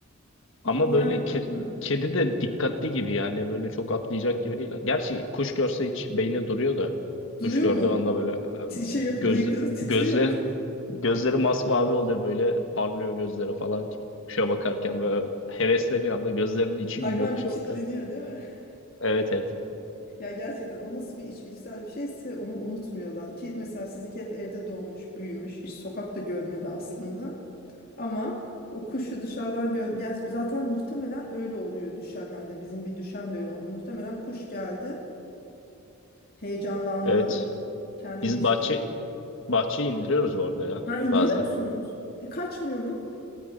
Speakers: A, on the left; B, on the left.
A: Y-
B: Ama
A: Yani
B: böyle ke-
A: hmm.
B: kedi de dikkatli gibi yani böyle çok atlayacak gibi değil. Gerçi kuş görse hiç beyni duruyor da
A: Duruyor
B: kuş gördüğü
A: mu?
B: anda böyle e,
A: Ti- Şey yapıp
B: göz
A: bıyıkları titriyor
B: gözler
A: mu?
B: gözleri masmavi oluyor böyle parlıyor gözleri falan ki kuşa bakarken böyle hevesleniyor anda gözlerinin içi
A: <laughs> Hayvan
B: gülüyor kuşa
A: bir kitleniyor
B: bakarken.
A: değil mi? <laughs>
B: Evet evet.
A: Ya gerçekten o nasıl bir içgüdüsel bir şeyse onu unutmuyorlar. Ki mesela sizinki hep evde doğmuş, büyümüş, hiç sokakta görmedi aslında. Ama o kuşu dışarıdan gö yani zaten muhtemelen öyle oluyor düşenlerde. Bizim bir düşen de öyle oldu. Muhtemelen kuş geldi, heyecanlandı.
B: Evet.
A: Kendini
B: Biz
A: işte
B: bahçe bahçeyi indiriyoruz bu arada ya
A: ha indiriyor
B: bazen.
A: musunuz? E, kaçmıyor mu?